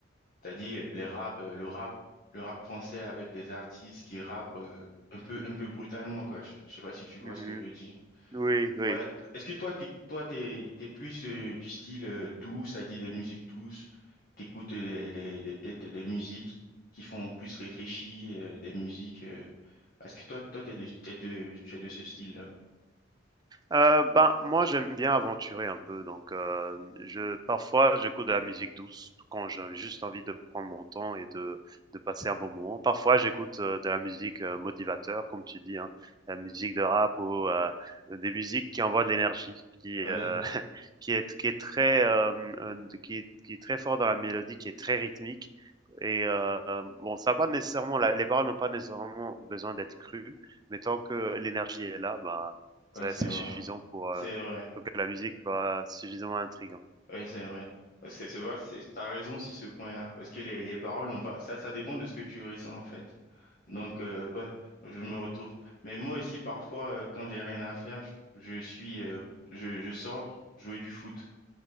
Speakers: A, on the left (about 50°); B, on the right (about 20°).
A: C'est-à-dire euh, les rap, euh, le rap, le rap français avec des artistes qui rappent euh, un peu, un peu brutalement, quoi. Je, je sais pas si tu vois
B: Mmh
A: ce que je veux dire.
B: Oui, oui.
A: Ouais, t- est-ce que toi, t'es, toi, t'es, t'es plus euh, du style euh, doux, c'est-à-dire des musiques douces, t'écoutes des, des, des- peut-être des musiques qui font plus réfléchir, euh, des musiques, euh, est-ce que toi, toi, t'es de, t'es de, tu es de ce style-là?
B: Heu, ben, moi, j'aime bien aventurer un peu, donc heu, je parfois, j'écoute de la musique douce quand j'ai juste envie de prendre mon temps et de de passer un bon moment. Parfois, j'écoute, heu, de la musique, heu, motivateur, comme tu dis, hein, la musique de rap ou heu, des musiques qui envoient de l'énergie, qui, heu,
A: Ouais,
B: <laughs> qui est qui est très, hem, heu, qui est qui est très fort dans la mélodie, qui est très rythmique et heu, bon, ça a pas nécessairement la les paroles n'ont pas nécessairement besoin d'être crues, mais tant que l'énergie est là, ben ça,
A: ouais, c'est
B: C'est
A: vrai.
B: suffisant pour,
A: C'est
B: heu,
A: vrai.
B: pour que la musique soit suffisamment intrigante.
A: Oui, c'est vrai. C'est c'est vrai, c'est- t'as raison sur ce point-là, parce que les, les paroles n'ont pas... Ça, ça dépend de ce que tu ressens, en fait. Donc, euh, ouais, je me retrouve. Mais moi aussi, parfois, euh, quand j'ai rien à faire, je, je suis... euh, je, je sors jouer du foot.